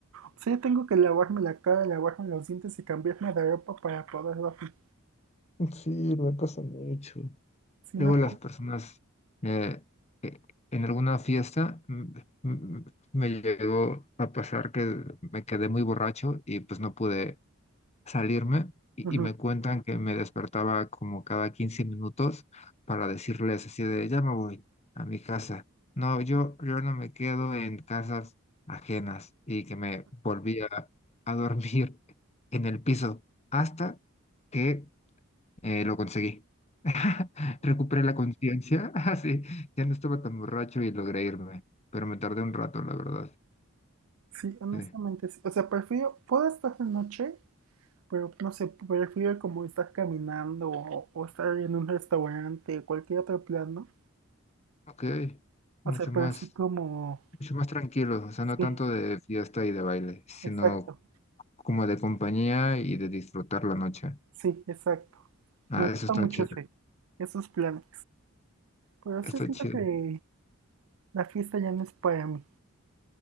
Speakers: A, on the right; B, on the left.
A: O sea, yo tengo que lavarme la cara, lavarme los dientes y cambiarme de ropa para poder dormir.
B: Sí, me pasa mucho.
A: Si
B: Luego
A: no
B: las personas, eh, eh, en alguna fiesta, mm, mm, me llegó a pasar que me quedé muy borracho y pues no pude salirme y,
A: puedo.
B: y me cuentan que me despertaba como cada 15 minutos para decirles así de, ya me voy a mi casa. No, yo, yo no me quedo en casas ajenas y que me volvía a dormir <laughs> en el piso hasta que eh, lo conseguí. <laughs> Recuperé la conciencia, <laughs> así, ya no estaba tan borracho y logré irme, pero me tardé un rato, la verdad.
A: Sí, honestamente,
B: Sí.
A: sí. O sea, prefiero, puedo estar de noche, pero no sé, prefiero como estar caminando o, o estar en un restaurante, o cualquier otro plano.
B: Ok,
A: O
B: mucho
A: sea, pero
B: más.
A: así como,
B: mucho más tranquilos, o sea, no
A: sí,
B: tanto de fiesta y de baile, sino
A: exacto,
B: como de compañía y de disfrutar la noche.
A: sí, exacto.
B: Ah,
A: Me gusta
B: eso está
A: mucho
B: chido,
A: ese, esos planes. Pero sí
B: está
A: siento
B: chido.
A: que la fiesta ya no es para mí.